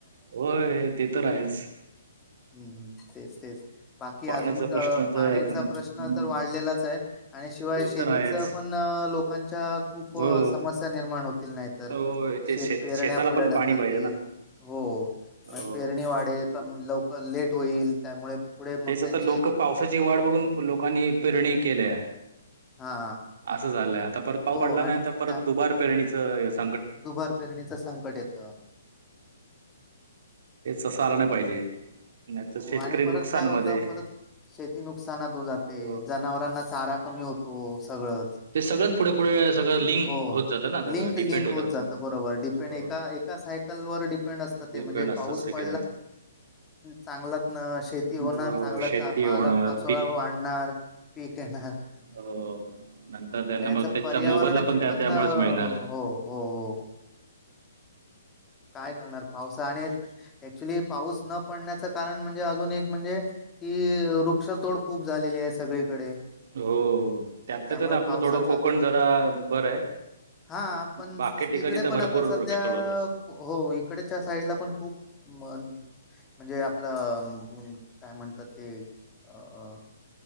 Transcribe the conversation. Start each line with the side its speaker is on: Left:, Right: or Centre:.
Right: होय ते तर आहेच
Left: हम् तेच तेच बाकी
Right: पाण्याचा
Left: अजून
Right: प्रश्न
Left: पाण्याचा
Right: तर एकदम
Left: प्रश्न
Right: हम्म
Left: तर वाढलेलाच आहे आणि शिवाय
Right: ते
Left: शेतीच
Right: तर आहेच
Left: पण लोक खूप
Right: हो
Left: समस्या निर्माण होतील नाहीत
Right: हो
Left: शेत
Right: ते
Left: पेरण्या
Right: शेताला
Left: पुढे
Right: पण
Left: ढकलतील
Right: पाणी पाहिजे ना
Left: हो
Right: हो.
Left: मग पेरणी
Right: हं.
Left: वाढेल क लवकर लेट
Right: हो.
Left: होईल त्यामुळे पुढे मग
Right: तेच
Left: त्यांची
Right: आता लोक पावसाची वाढ बघून लोकांनी पेरणी केल्याय
Left: हा
Right: असं झालंय आता परत पाऊस
Left: हो
Right: पडला नाही
Left: आणि
Right: तर परत
Left: त्या
Right: दुबार पेरणी ते
Left: दुबार पेरणीचं संकट येतं
Right: आ नाही े
Left: हो
Right: शेतकरी
Left: आणि परत
Right: नुकसानमध्ये
Left: काय होत परत शेती नुकसानात हो जाते
Right: अ
Left: जनावरांना चारा कमी होतो सगळंच
Right: ते सगळंच पुढे पुढे सगळं लिंक
Left: हो
Right: होत जातं ना सगळं
Left: लिंक
Right: डिपेंड
Left: लिंक होत
Right: राहतं.
Left: जात ब डपें
Right: अ
Left: ए ए
Right: डिपेंड
Left: म्हण
Right: असतात
Left: पाऊ
Right: सगळेजण.
Left: प चांगलाच शेती होणार
Right: अ
Left: चांगलाचा
Right: शेती
Left: पाला
Right: होणार,
Left: पाचोळा आणणार पीक येणार
Right: हो नंतर त्यांना
Left: आणि याचा
Right: मग त्याच्या
Left: पर्यावरणाची
Right: मोबाईलला पण त्या त्यामुळेच
Left: अ, हो,
Right: मिळणार
Left: हो, हो. काय करणार पावसा आणि ऍक्च्युली पाऊस न पडण्याचं कारण म्हणजे अजून एक म्हणजे की वृक्षतोड खूप झालेली आहे सगळीकडे
Right: हो त्यातलं
Left: त्यामुळे
Right: त्यात आपलं
Left: पावसाचा
Right: थोडं कोकण जरा बरं आहे
Left: हा पण
Right: बाकी ठिकाणी
Left: तिकडे
Right: तर
Left: पण
Right: भरपूर
Left: आता सध्या
Right: वृक्षतोड होते.
Left: हो इकडच्या साईडला पण खूप म्हणजे आपला काय म्हणतात ते अ